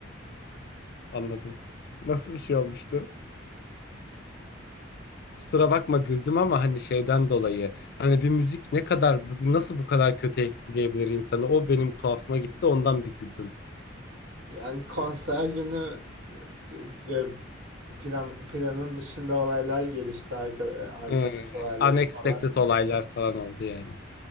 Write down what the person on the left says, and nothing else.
Anladım. Nasıl bir şey olmuştu? Kusura bakma güldüm ama hani şeyden dolayı hani bir müzik ne kadar bu- nasıl bu kadar kötü etkileyebilir insanı o benim tuhafıma gitti ondan bir güldüm.
Ee,
unexpected
olaylar falan oldu yani.